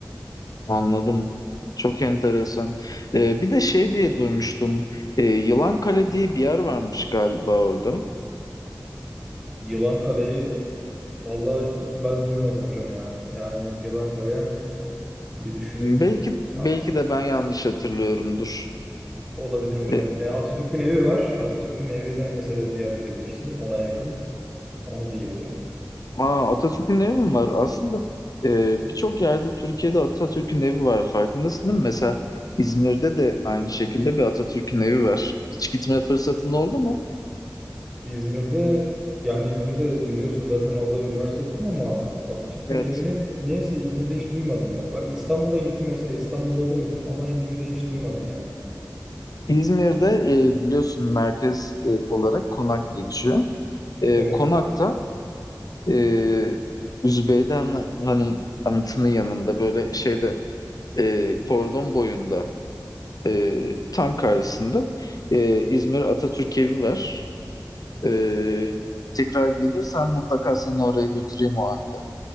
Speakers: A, on the left; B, in the centre.
A: Anladım. Çok enteresan. Ee, bir de şey diye duymuştum. Ee, Yılankale diye bir yer varmış galiba orada.
B: Yılan Kale'yi vallahi ben duymadım hocam ya. Yani Yılan Kale bir düşüneyim.
A: Belki belki
B: Ya
A: de ben yanlış hatırlıyorumdur.
B: Olabilir hocam.
A: Ee,
B: Yani Atatürk'ün evi var. Atatürk'ün evine mesela ziyaret edebilirsin. Ona yakın. Onu diyebilirim.
A: Aa, Atatürk'ün evi mi var? Aslında e, birçok yerde Türkiye'de Atatürk'ün evi var. Farkındasın değil mi? Mesela İzmir'de de aynı şekilde bir Atatürk'ün evi var. Hiç gitme fırsatın oldu mu?
B: İzmir'de yani İzmir'de biliyorsun zaten orada üniversite okudum ama Atatürk'ün
A: Evet.
B: evini niyeyse İzmir'de hiç duymadım ya. Bak İstanbul'a gittim mesela İstanbul'da duydum ama İzmir'de hiç duymadım yani.
A: İzmir'de e, biliyorsun merkez e, olarak Konak geçiyor. E,
B: Evet.
A: Konak'ta e, Zübeyde Han- Hanım anıtının yanında böyle şeyde e, kordon boyunda e, tam karşısında e, İzmir Atatürk evi var. Ee, tekrar gelirsen mutlaka seni oraya götüreyim o halde.